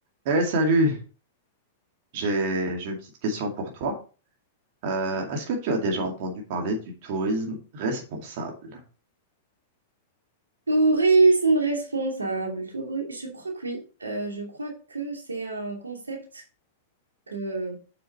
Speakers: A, on the right (about 55°); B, on the right (about 85°).
A: Eh salut, j'ai j'ai une petite question pour toi. Euh, est-ce que tu as déjà entendu parler du tourisme responsable?
B: Tourisme responsable, touri- je crois que oui. Euh, je crois que c'est un concept que,